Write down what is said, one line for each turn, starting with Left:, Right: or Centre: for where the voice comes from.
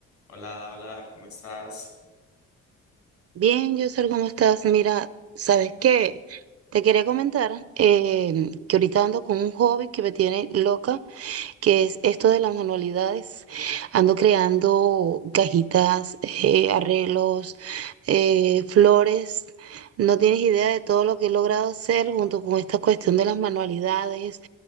Left: Hola, hola, ¿cómo estás?
Right: Bien, Yosel, ¿cómo estás? Mira, ¿sabes qué? Te quería comentar eh, que ahorita ando con un hobby que me tiene loca, que es esto de las manualidades. Ando creando cajitas, eh, arreglos, eh, flores. No tienes idea de todo lo que he logrado hacer junto con esta cuestión de las manualidades,